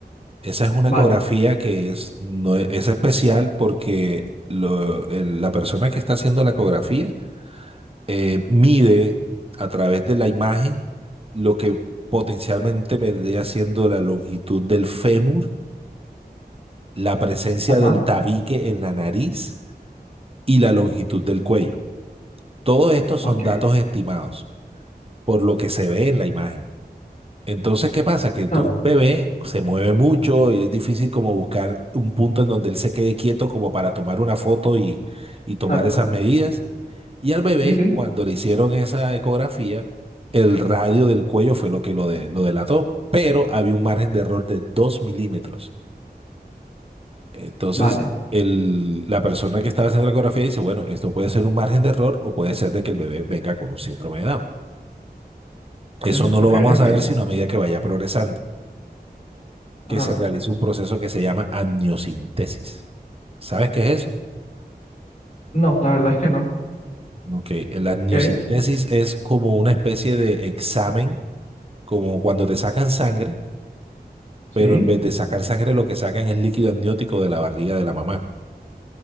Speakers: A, on the right (about 35°); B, on the left (about 50°).
A: Esa es una
B: vale,
A: ecografía que es, no es, es especial porque lo- el- la persona que está haciendo la ecografía eh, mide a través de la imagen lo que potencialmente me dé haciendo la longitud del fémur, la presencia
B: ajá,
A: del tabique en la nariz y la longitud del cuello. Todo esto son
B: ok,
A: datos estimados por lo que se ve en la imagen. Entonces, ¿qué pasa? Que tu
B: ta-
A: un bebé se mueve mucho y es difícil como buscar un punto en donde él se quede quieto como para tomar una foto y, y tomar
B: exacto,
A: esas medidas. Y al bebé,
B: sí, sí,
A: cuando le hicieron esa ecografía, el radio del cuello fue lo que lo, de- lo delató, pero había un margen de error de 2 milímetros. Entonces,
B: vale,
A: el, la persona que estaba haciendo la ecografía dice, bueno, esto puede ser un margen de error o puede ser de que el bebé venga con un síndrome de Down. Eso
B: sí,
A: no
B: ok,
A: lo vamos a
B: ok,
A: saber sino a medida que vaya progresando. que
B: ajá.
A: se realice un proceso que se llama amniocentesis. ¿Sabes qué es eso?
B: No, la verdad es que no.
A: Ok, la amniocentesis
B: ¿Qué es?
A: es como una especie de examen, como cuando te sacan sangre,
B: Sí,
A: pero en vez de sacar sangre lo que sacan es líquido amniótico de la barriga de la mamá.